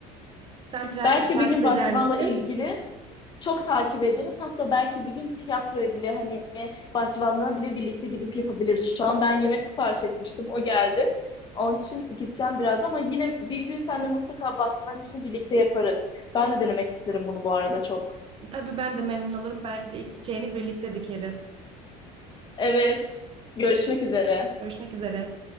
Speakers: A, on the right (about 35°); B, on the left (about 30°).
A: Sen trendleri
B: Belki
A: takip
B: bir gün bahçıvanla
A: eder misin?
B: ilgili çok takip ederim. Hatta belki bir gün tiyatroya bile hani bahçıvanlığa bile birlikte gidip yapabiliriz. Şu an ben yemek sipariş etmiştim. O geldi. Onun için gideceğim biraz ama yine bir gün seninle mutlaka bahçıvan işini birlikte yaparız. Ben de denemek isterim bunu bu arada çok.
A: Tabii ben de memnun olurum. Belki de ilk çiçeğini birlikte dikeriz.
B: Evet. Görüşmek üzere.
A: Görüşmek üzere.